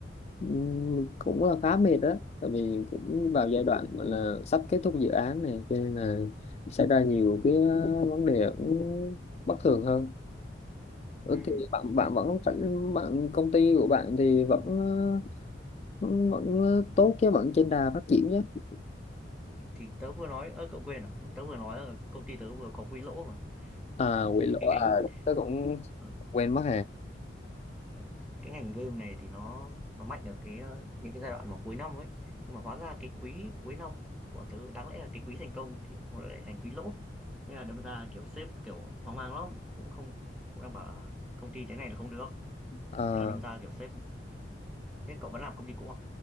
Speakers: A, on the left; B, in the centre.
A: Ừm, cũng là khá mệt đó tại vì cũng vào giai đoạn gọi là sắp kết thúc dự án này cho nên là xảy ra nhiều cái ờ, vấn đề cũng bất thường hơn ừ,
B: ừ,
A: thì bạn bạn vẫn phải bạn công ty của bạn thì vẫn ờ, vẫn, vẫn ờ, tốt chứ vẫn trên đà phát triển chứ
B: thì tớ vừa nói ơ cậu quên à tớ vừa nói là công ty tớ vừa có quỹ lỗ mà
A: à
B: thì
A: quỷ lỗ
B: cái
A: à
B: ngành
A: tôi cũng
B: ờ,
A: quên mất
B: Ờ, cái ngành game này thì nó nó mạnh ở cái ờ, những cái giai đoạn mà cuối năm ấy nhưng mà hóa ra cái quý cuối năm của bọn tớ đáng lẽ là cái quý thành công thì nó lại thành quý lỗ thế là đâm ra kiểu sếp kiểu hoang mang lắm cũng không cũng đang bảo là công ty thế này là không được
A: à
B: thế là đâm ra kiểu sếp ừ. thế cậu vẫn làm công ty cũ à